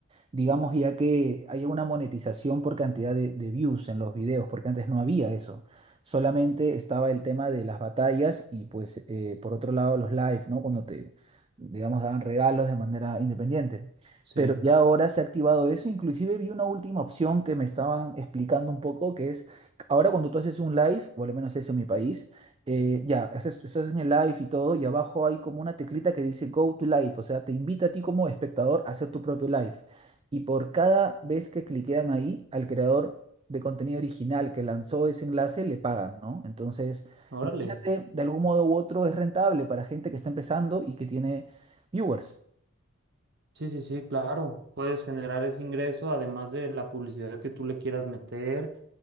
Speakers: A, on the right; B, on the right.
A: digamos, ya que hay una monetización por cantidad de, de views en los videos, porque antes no había eso. Solamente estaba el tema de las batallas y pues eh, por otro lado los live, ¿no? Cuando te, digamos, daban regalos de manera independiente
B: sí.
A: pero ya ahora se ha activado eso. Inclusive vi una última opción que me estaban explicando un poco, que es ahora cuando tú haces un live, o al menos es en mi país, eh, ya, haces- estás en el live y todo, y abajo hay como una teclita que dice Go to Live, o sea, te invita a ti como espectador a hacer tu propio live. Y por cada vez que cliquean ahí, al creador de contenido original que lanzó ese enlace, le pagan, ¿no? Entonces,
B: Órale.
A: imagínate, de algún modo u otro es rentable para gente que está empezando y que tiene viewers.
B: Sí, sí, sí, claro. Puedes generar ese ingreso, además de la publicidad que tú le quieras meter